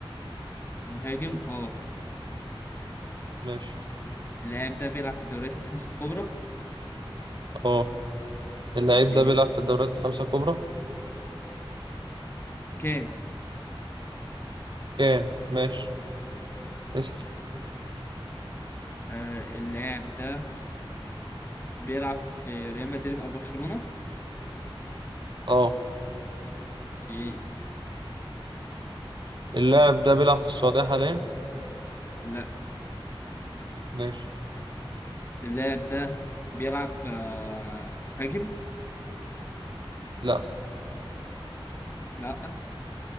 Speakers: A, on the left (about 25°); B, on the right (about 55°).
A: مهاجم اه
B: ماشي
A: اللاعب ده بيلعب في الدوريات الخمسة الكبرى
B: اه اللعيب
A: إيه.
B: ده بيلعب في الدوريات الخمسة الكبرى
A: كان
B: كام ماشي اسأل
A: آه اللاعب ده بيلعب في ريال مدريد او برشلونة
B: اه
A: ايه
B: اللاعب ده بيلعب في السعودية حاليا
A: لا
B: ماشي
A: اللاعب ده بيلعب آه مهاجم
B: لا
A: لا